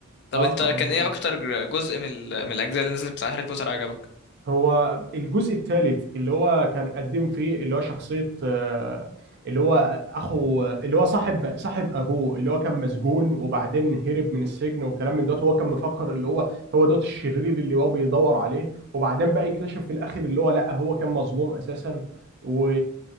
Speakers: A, on the left (about 55°); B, on the right (about 55°).
A: طب
B: اه
A: انت
B: رمز
A: كان ايه اكتر جزء من ال- من الاجزاء اللي نزلت بتاع هاري بوتر عجبك
B: هو الجزء الثالث اللي هو كان قدم فيه اللي هو شخصية آه، اللي هو أخو اللي هو صاحب صاحب أبوه اللي هو كان مسجون وبعدين هرب من السجن وكلام من دوت هو كان مفكر اللي هو هو دوت الشرير اللي هو بيدور عليه وبعدين بقى يكتشف في الآخر اللي هو لا هو كان مظلوم أساسا و...